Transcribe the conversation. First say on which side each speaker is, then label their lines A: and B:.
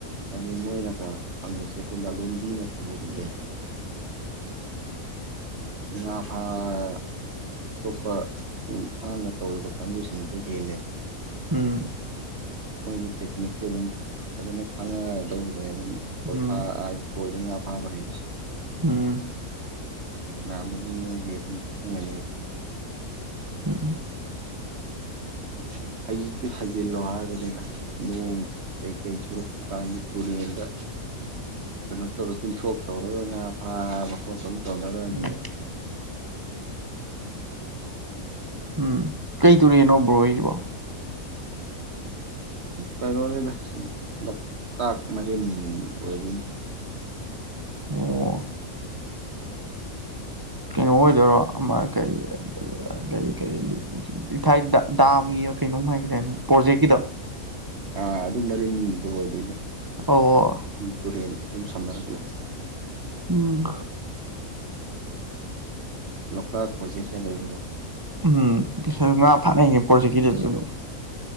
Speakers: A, on the right (about 55°); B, on the right (about 20°).
A: ꯍꯥꯏꯗꯤ ꯃꯣꯏꯅꯒ ꯐꯪꯉꯁꯦ ꯂꯂꯣꯟꯕꯤꯅ ꯐꯃꯜ
B: ꯎꯝ
A: ꯍꯦꯜꯂꯦ ꯏ ꯐꯥ ꯑꯇꯣꯞꯄ ꯍꯥꯡꯅ ꯇꯧꯔꯤꯕ ꯀꯥꯡꯕꯨꯁꯤꯡꯗꯨꯗ ꯍꯦꯜꯂꯦꯕ
B: ꯎꯝ
A: ꯃꯣꯏꯗꯤ ꯇꯦꯛꯅꯤꯛꯁꯦ ꯑꯗꯨꯝ ꯐꯖꯅ ꯈꯪꯉꯗꯈ꯭ꯔꯦ ꯑꯗꯨꯝ ꯀꯣꯏꯥ
B: ꯎꯝ
A: ꯀꯣꯏꯔ ꯉꯥ ꯐꯥꯕ ꯍꯩꯕꯁꯦ
B: ꯎꯝ
A: ꯅꯃ ꯑꯗꯨꯒꯦꯗꯝ ꯑꯅꯦ
B: ꯎꯝ
A: ꯎ ꯍꯩꯖꯤꯛꯇꯤ ꯍꯩꯖꯤꯜꯂꯣ ꯍꯥꯏꯕꯅꯤꯅ ꯅꯣꯡ ꯀꯩꯀꯩ ꯁꯨꯔꯛꯄ ꯀꯥꯟꯗ ꯇꯨꯔꯦꯟꯗ ꯀꯩꯅꯣ ꯇꯧꯔ ꯊꯤꯟꯊ꯭ꯔꯣꯛ ꯇꯧꯔꯒ ꯉꯥ ꯐꯕ ꯀꯂꯔꯅꯤ
B: ꯎꯝ
A: <unintelligible>
B: ꯎꯝ ꯀꯩ ꯇꯔꯦꯟꯅꯣ ꯕ꯭ꯔꯣꯔꯤꯕꯣ
A: ꯀꯩꯅꯣꯅꯤꯗ ꯂꯣꯛꯇꯥꯛ ꯃꯔꯤꯟ ꯑꯣꯏ <inaudible>
B: ꯑꯣ ꯀꯩꯅꯣ ꯑꯣꯏꯗꯣꯏꯔꯣ ꯑꯃ ꯀꯔꯤ
A: <inaudible>
B: ꯀꯔꯤ ꯀꯔꯤ ꯏꯊꯥꯏ ꯗꯥꯝꯒꯤ ꯀꯩꯅꯣꯝ ꯍꯥꯏꯒꯗꯅꯦ ꯄ꯭ꯔꯣꯖꯦꯛꯀꯤꯗꯣ
A: ꯑꯥ ꯑꯗꯨ ꯃꯔꯤꯟꯗꯨ ꯑꯣꯏꯗꯣꯏꯅꯦ
B: ꯑꯣ
A: ꯇꯨꯔꯦꯟ ꯑꯗꯨꯨꯝ ꯁꯝꯅꯔꯛꯂꯦ
B: ꯎꯝ
A: ꯂꯣꯛ ꯇꯥꯛ ꯀꯣꯏꯁꯤꯀꯦ ꯂꯩꯅꯣ
B: ꯎꯝ ꯉꯥ ꯐꯥꯅꯩꯅꯦ ꯄ꯭ꯔꯣꯖꯦꯛꯀꯤꯗꯨ ꯑꯗꯨꯝ